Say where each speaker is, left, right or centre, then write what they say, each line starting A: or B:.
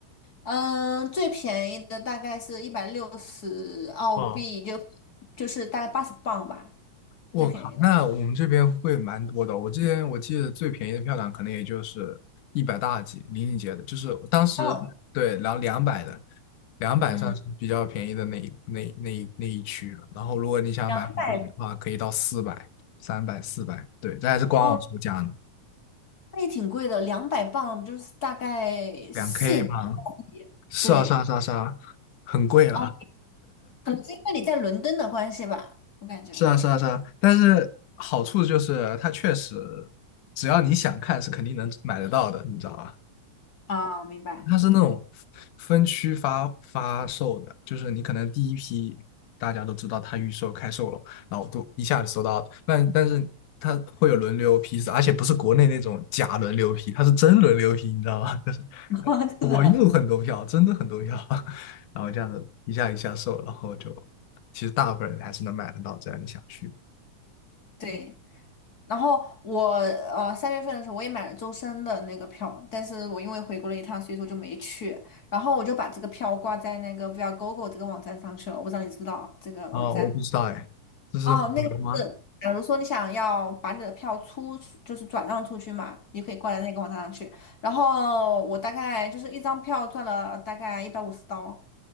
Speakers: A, on the left (about 35°); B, on the left (about 75°).
A: 嗯，最便宜的大概是一百六十澳币，
B: 哦，
A: 就就是大概八十磅吧，
B: 我靠，
A: 最便宜的。
B: 那我们这边会蛮多的。我之前我记得最便宜的票档可能也就是一百大几，林俊杰的，就是我当时对，
A: 哦，
B: 然后两百的，两百算是比较便宜的那一那那一那一区了。
A: 嗯。
B: 然后如果你想买好一点的话，
A: 两百。
B: 可以到四百、三百、四百，对，这还是官网售价呢，
A: 哦那也挺贵的，两百磅就是大概四百澳币。
B: 两 K 吗？是啊，
A: 对，
B: 是啊，是啊，是啊，很贵了。
A: 哦，可能是因为你在伦敦的关系吧，我感觉
B: 是啊，是啊，是啊，但是好处就是它确实，只要你想看，是肯定能买得到的，你知道吧？
A: 啊，明白，
B: 它是那种分区发发售的，就是你可能第一批大家都知道它预售开售了，然后都一下子收到，但但是它会有轮流批次，而且不是国内那种假轮流批，它是真轮流批，你知道吗？<laughs> 就是
A: <laughs>
B: 我又很多票，
A: 真的
B: 真的很多票，<laughs> 然后这样子一下一下售，然后就其实大部分人还是能买得到，只要你想去。
A: 对。然后我呃三月份的时候我也买了周深的那个票，但是我因为回国了一趟，所以说就没去。然后我就把这个票挂在那个 Viagogo 这个网站上去了，我不知道你知不知道这个网站。
B: 啊，我不知道哎，这是红牛吗？
A: 哦，那个是，假如说你想要把你的票出，就是转让出去嘛，你可以挂在那个网站上去。然后我大概就是一张票赚了大概一百五十刀。